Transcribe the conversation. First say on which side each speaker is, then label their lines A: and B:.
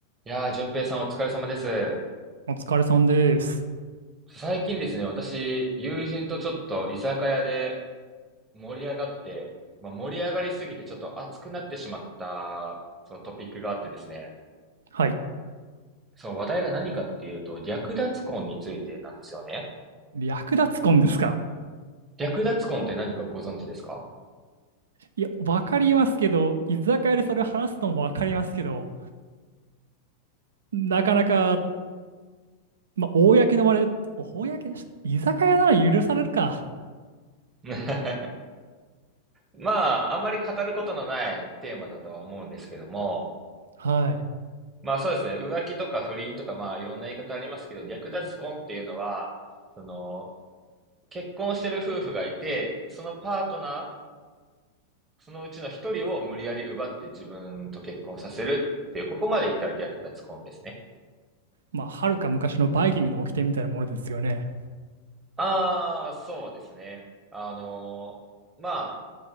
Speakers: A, on the right; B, on the right.
A: いやー、淳平さんお疲れ様です。
B: お疲れさんです。
A: 最近ですね、私、友人とちょっと居酒屋で盛り上がって、まあ、盛り上がりすぎてちょっと熱くなってしまった、そのトピックがあってですね、
B: はい。
A: その話題が何かっていうと、略奪婚についてなんですよね。
B: 略奪婚ですか。
A: 略奪婚って何かご存知ですか
B: いや、わかりますけど、居酒屋でそれ話すのもわかりますけど、なかなか、まあ、公の場で、公のし、居酒屋なら許されるか。
A: <laughs> まあ、あんまり語ることのないテーマだとは思うんですけども、
B: はい。
A: まあそうですね、浮気とか不倫とかまあいろんな言い方ありますけど、略奪婚っていうのは、その、結婚してる夫婦がいて、そのパートナー、そのうちの一人を無理やり奪って自分と結婚させるっていう、ここまで言ったら略奪婚ですね。
B: まあ、はるか昔のバイキングの掟みたいなものですよね。
A: ああ、そうですね。あのーまあ、